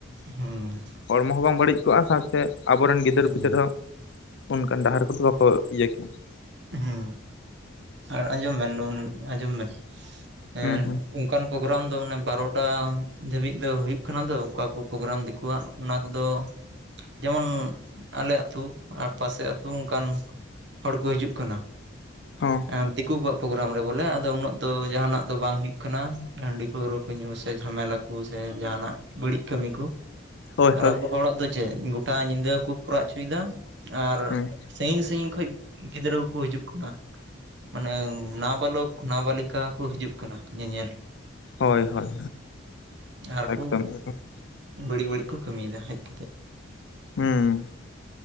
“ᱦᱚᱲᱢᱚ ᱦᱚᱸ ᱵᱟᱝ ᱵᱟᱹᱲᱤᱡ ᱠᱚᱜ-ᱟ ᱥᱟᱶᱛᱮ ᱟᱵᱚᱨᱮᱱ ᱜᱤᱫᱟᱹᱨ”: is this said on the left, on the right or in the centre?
Left